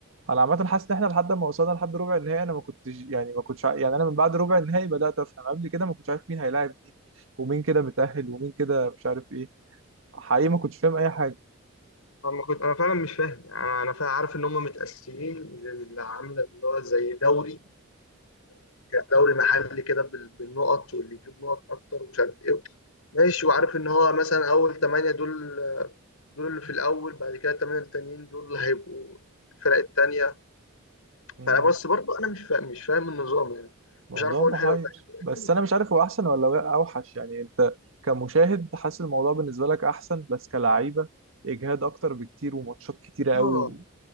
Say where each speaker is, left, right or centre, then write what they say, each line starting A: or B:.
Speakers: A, on the right; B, on the left.
A: انا عامه حاسس ان احنا لحد ما وصلنا لحد ربع النهائي انا ما كنتش يعني ما كنتش ع- يعني انا من بعد ربع النهائي بدات افهم قبل كده ما كنتش عارف مين هيلاعب مين ومين كده متاهل ومين كده مش عارف ايه حقيقي ما كنتش فاهم اي حاجه
B: انا كنت انا فعلا مش فاهم انا انا فعلا عارف ان هم متقسمين اللي عامله اللي هو زي دوري دوري محلي كده بال- بالنقط واللي يجيب نقط اكتر ومش عارف ايه ماشي وعارف ان هو مثلا اول ثمانية دول دول اللي في الاول بعد كده الثمانية التانيين دول اللي هيبقوا الفرق التانية
A: امم
B: فانا بس برضه انا مش فاهم مش فاهم النظام يعني
A: موضوع
B: مش عارف اقول
A: محير
B: حلو ولا
A: بس
B: لا
A: انا مش عارف هو احسن ولا هو اوحش يعني انت كمشاهد حاسس الموضوع بالنسبه لك احسن بس كلعيبه اجهاد اكتر بكتير وماتشات كتيره
B: اه
A: قوي و...